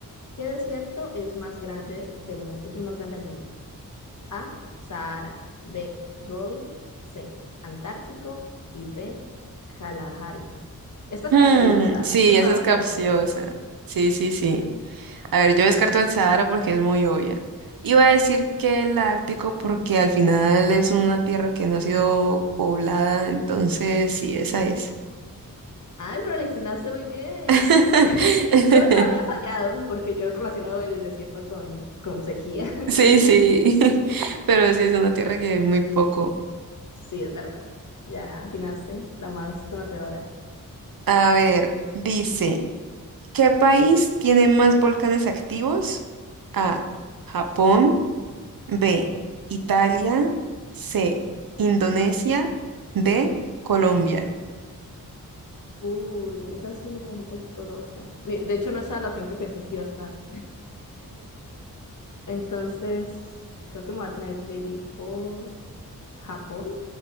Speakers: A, on the left; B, on the right.
A: ¿Qué desierto es más grande del mundo? Es el más grande del mundo. A. Sahara. B. Gobi. C. Antártico. Y D. Kalahari. Esta es
B: Hmm,
A: capciosa.
B: sí,
A: Mm, Esta es
B: esa
A: sí, bastante
B: es capciosa.
A: esa capciosa.
B: Sí, sí, sí. A ver, yo descarto el Sahara porque es muy obvia. Y voy a decir que el Ártico porque al final es una tierra que no ha sido poblada, entonces sí, esa es.
A: Ay, pero la hiciste muy bien.
B: <laughs>
A: <laughs> Yo la habría fallado porque yo relaciono el desierto con, con sequía. <laughs>
B: Sí, sí, <laughs> pero sí es una tierra que es muy poco.
A: Sí, es verdad. Ya atinaste, la más conocedora.
B: A ver, dice, ¿qué país tiene más volcanes activos? A, Japón, B, Italia, C, Indonesia, D, Colombia.
A: Uy, esa sí me dejó un poquito loca. Ni- De hecho, no estaba la opción que pensé que iba a estar. Entonces, creo que me voy a tener que ir por Japón.